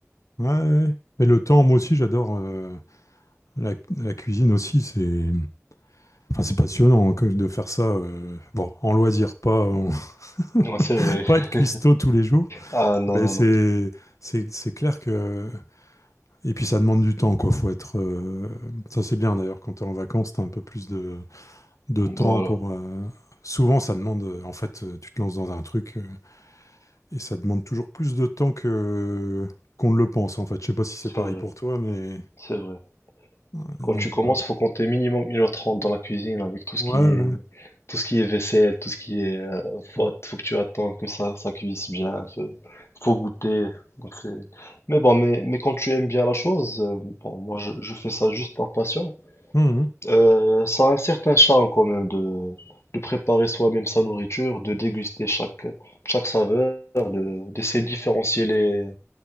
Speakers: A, on the left; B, on the left.
A: Ouais. ouais. Et le temps, moi aussi, j'adore euh, la, la cuisine aussi. C'est, enfin, c'est passionnant hein, que de faire ça. euh, bon, en loisir, pas, en-
B: ouais, c'est
A: <laughs>
B: vrai.
A: pas être cuistot
B: <laughs>
A: tous les jours.
B: Ah non,
A: Mais
B: non,
A: c'est,
B: non.
A: c'est, c'est clair que. Et puis ça demande du temps, quoi. Faut être. euh, Ça c'est bien d'ailleurs. Quand t'es en vacances, t'as un peu plus de, de temps
B: Voilà,
A: pour. euh, Souvent, ça demande. euh, En fait, euh, tu te lances dans un truc. euh, Et ça demande toujours plus de temps que qu'on ne le pense, en fait. Je sais pas si c'est
B: c'est
A: pareil
B: vrai,
A: pour toi, mais
B: c'est vrai.
A: ouais,
B: Quand
A: donc
B: tu commences,
A: voilà.
B: faut compter minimum une heure trente dans la cuisine avec tout ce
A: Ouais,
B: qui est
A: ouais.
B: tout ce qui est vaisselle, tout ce qui est euh,
A: Mmh.
B: faut, faut que tu attends que ça ça cuise bien, faut, faut goûter. Donc c'est- mais bon, mais, mais quand tu aimes bien la chose, euh, bon, moi je, je fais ça juste par passion.
A: Mmh, mmh.
B: Euh, ça a un certain charme quand même de de préparer soi-même sa nourriture, de déguster chaque chaque saveur, de d'essayer de différencier les